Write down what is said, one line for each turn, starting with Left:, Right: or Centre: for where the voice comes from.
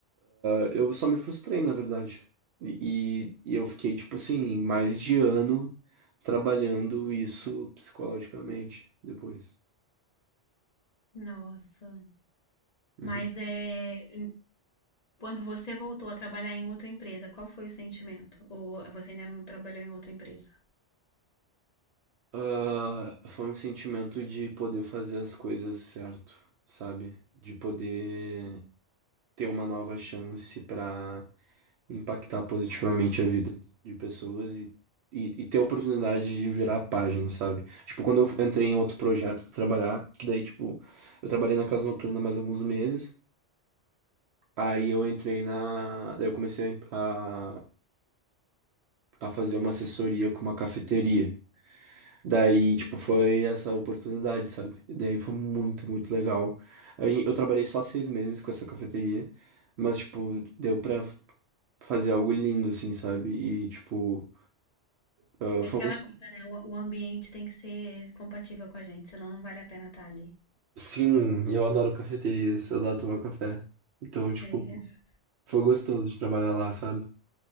Right: ah, eu só me frustrei, na verdade. E, e, e eu fiquei, tipo assim, mais de ano trabalhando isso psicologicamente depois.
Left: Nossa.
Right: Uhum.
Left: Mas é. Quando você voltou a trabalhar em outra empresa, qual foi o sentimento? Ou você ainda não trabalhou em outra empresa?
Right: Ah, foi um sentimento de poder fazer as coisas certo, sabe? De poder
Left: Sim.
Right: ter uma nova chance pra impactar positivamente a vida de pessoas e, e, e ter a oportunidade de virar a página, sabe? Tipo, quando eu entrei em outro projeto pra trabalhar, que daí, tipo, eu trabalhei na casa noturna mais alguns meses, aí eu entrei na. Daí eu comecei a, a fazer uma assessoria com uma cafeteria. Daí, tipo, foi essa oportunidade, sabe? E daí foi muito, muito legal. Aí eu trabalhei só seis meses com essa cafeteria, mas, tipo, deu pra fazer algo lindo, assim, sabe? E, tipo, ah,
Left: É
Right: foi
Left: aquela
Right: uma
Left: coisa, né? O, o ambiente tem que ser compatível com a gente, senão não vale a pena estar ali.
Right: Sim, eu adoro cafeterias, eu adoro tomar café. Então, tipo,
Left: É,
Right: foi gostoso de trabalhar lá, sabe?